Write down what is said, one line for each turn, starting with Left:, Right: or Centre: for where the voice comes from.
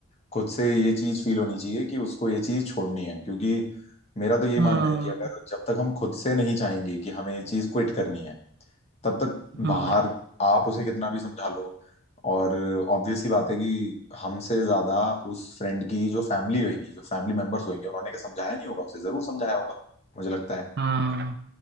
Left: खुद से ये चीज फील होनी चाहिए कि उसको ये चीज छोड़नी है क्योंकि मेरा तो यही
Right: हाँ
Left: मानना है कि अगर जब तक हम खुद से नहीं चाहेंगे कि हमें ये चीज क्विट करनी है तब तक
Right: हाँ
Left: बाहर आप उसे कितना भी समझा लो और ऑब्वियस सी बात है कि हमसे ज्यादा उस फ्रेंड की जो फैमिली होगी जो फैमिली मेंबर्स होंगे उन्होंने क्या समझाया नहीं होगा उसे जरूर समझाया होगा मुझे लगता है
Right: हाँ